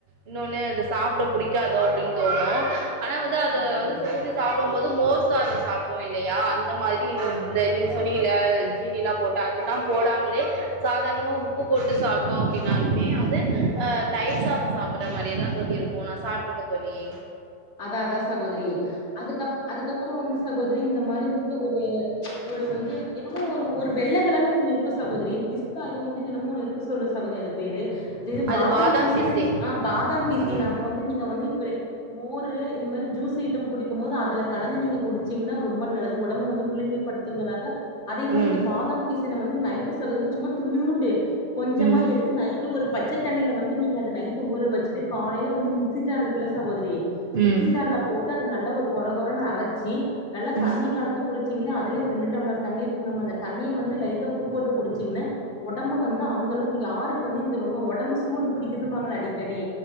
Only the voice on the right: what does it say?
இன்னொன்னு அத சாப்ட புடிக்காதோ அப்டின்னு தோணு ஆனா வந்து அத
வந்து
ஊத்தி சாப் பிடும் போது மோர் சாதம் சாப்டுவோ இல்லையா அந்த மாதிரி நீங் இந்த நீங்க சொன்னீங்க இல்லையா ஜீனி எல்லா போட்டா எல்லாம் போடாமலே சாதாரணமா உப்புப் போட்டு சாப்ட்டோ அப்டின்னாலுமே வந்து அ தயிர் சாதம் சாப்டற மாரியேதா தோழி இருக்கு நா சாப்ட்டுருக்கே தோழி இங்
அது
பிசின்
ம்
ம்
ம்
ம்
ம்